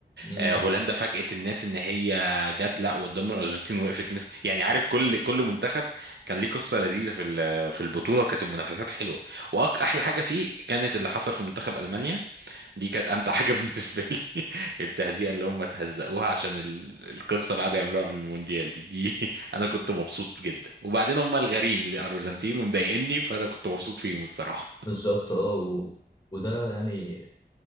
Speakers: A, on the left (about 20°); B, on the right (about 70°).
A: امم
B: آه، هولندا فاجأت الناس ان هي جت لا وقدام الارجنتين وقفت مسك يعني عارف كل كل منتخب كان ليه قصه لذيذه في ال- في البطوله وكانت المنافسات حلوه واحلى حاجه فيه كانت اللي حصل في منتخب المانيا دي كانت امتع حاجه <laughs> بالنسبه لي التهزيئه اللي هم تهزقوها عشان ال- القصه اللي قعدوا يعملوها بالمونديال دي دي <laughs> انا كنت مبسوط جدا وبعدين هم الغريم للارجنتين ومضايقني فانا كنت مبسوط فيهم الصراحه
A: بالظبط اه و- وده يعني